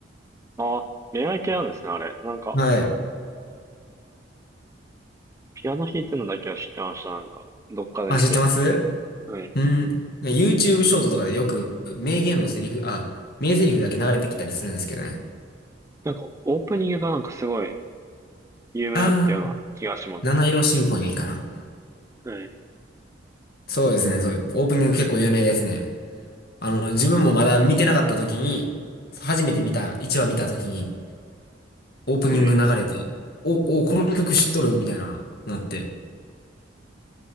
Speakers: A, on the right (about 15°); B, on the left (about 55°).
A: ああ、恋愛系なんですね、あれ。なんか、
B: はい。
A: ピアノ弾いてるのだけは知ってました、なんか。どっかで見て。
B: あ、知ってます
A: はい。
B: うん。YouTube ショートとかでよく名言のセリフ、あ、名台詞だけ流れてきたりするんですけどね。
A: なんか、オープニングがなんかすごい有名だったような気がします。
B: ああ、七色シンフォニーかな。
A: はい。
B: そうですね、そう、オープニング結構有名ですね。あの、自分もまだ見てなかった時に、初めて見た、1話見た時に、オープニング流れて、
A: はい。
B: お、お、この曲知っとるみたいな、なって。